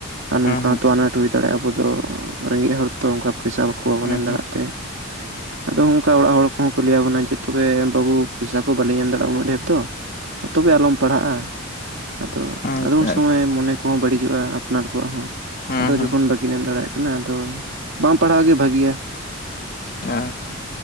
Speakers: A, on the right (about 60°); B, on the left (about 40°).
A: ᱟᱨ ᱱᱚᱝᱠᱟ
B: ᱦᱩᱸ
A: ᱦᱚᱸᱛᱚ ᱟᱱᱟᱴ ᱦᱩᱭ ᱫᱟᱲᱮᱜᱼᱟ, ᱟᱵᱚ ᱫᱚ ᱨᱮᱸᱜᱮᱡ ᱦᱚᱲ ᱛᱚ ᱚᱱᱠᱟ ᱯᱚᱭᱥᱟ ᱵᱟᱠᱚ ᱠᱚ ᱵᱟᱵᱚᱱ
B: ᱦᱩᱸ
A: ᱮᱢ
B: ᱦᱩᱸ
A: ᱫᱟᱲᱮᱭᱟᱜ
B: ᱦᱩᱸ
A: ᱛᱮ ᱟᱫᱚ ᱚᱱᱠᱟ ᱚᱲᱟᱜ ᱦᱚᱲ ᱠᱚᱦᱚᱸ ᱠᱚ ᱞᱟᱹᱭᱟ ᱵᱚᱱᱟ ᱡᱮ ᱛᱚᱵᱮ ᱵᱟᱹᱵᱩᱼᱼ ᱯᱚᱭᱥᱟ ᱠᱚ ᱵᱟᱞᱤᱧ ᱮᱢ ᱫᱟᱲᱮᱜᱼᱟ ᱩᱱᱟᱹᱜ ᱰᱷᱮᱨ ᱫᱚ ᱛᱚᱵᱮ ᱟᱞᱚᱢ ᱯᱟᱲᱦᱟᱜᱼᱟ᱾ ᱟᱫᱚ
B: ᱟᱪᱪᱷᱟ
A: ᱟᱫᱚ ᱩᱱ ᱥᱚᱢᱚᱭ
B: ᱟᱪᱪᱷᱟ
A: ᱢᱚᱱᱮ ᱠᱚᱦᱚᱸ ᱵᱟᱹᱲᱤᱡᱚᱜᱼᱟ, ᱟᱯᱱᱟᱨ ᱠᱚᱣᱟᱜ ᱦᱚᱸ
B: ᱦᱩᱸ
A: ᱟᱫᱚ ᱡᱚᱠᱷᱚᱱ ᱵᱟᱠᱤᱱ ᱮᱢ ᱫᱟᱲᱮᱭᱟᱜ ᱠᱟᱱᱟ, ᱟᱫᱚ ᱵᱟᱝ ᱯᱟᱲᱦᱟᱣ ᱜᱮ ᱵᱷᱟᱹᱜᱤᱭᱟ᱾
B: ᱟᱸ